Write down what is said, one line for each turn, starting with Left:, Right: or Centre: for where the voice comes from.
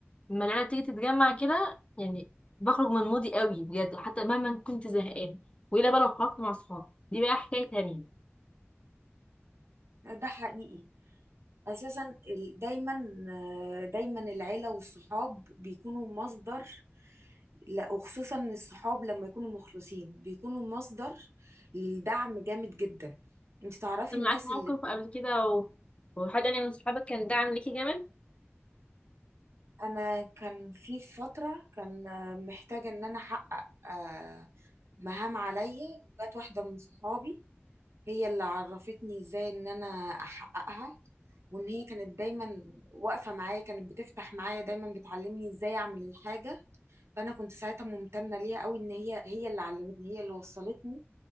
Left: لما العيله بتيجي تتجمع كده يعني بخرج من مودي قوي بجد حتى مهما كنت زهقانه والا بقى لو خرجت مع صحابي دي بقى حكايه تانية
Right: ده حقيقي اساسا ال- دايما آه، دايما العيلة والصحاب بيكونوا مصدر لا وخصوصا الصحاب لما يكونوا مخلصين بيكونوا مصدر للدعم جامد جدا انت تعرفي
Left: كان
Right: الناس
Left: معاك موقف
Right: اللي
Left: قبل كده و... وحد يعني من صحابك كان داعم ليكي جامد
Right: انا كان في فتره كان آه، محتاجه ان انا احقق آه، مهام عليا وجات واحده من صحابي هي اللي عرفتني ازاي ان انا احققها وان هي كانت دايما واقفه معايا كانت بتفتح معايا دايما بتعلمني ازاي اعمل الحاجه فانا كنت ساعتها ممتنه ليها قوي ان هي هي اللي علمتني هي اللي وصلتني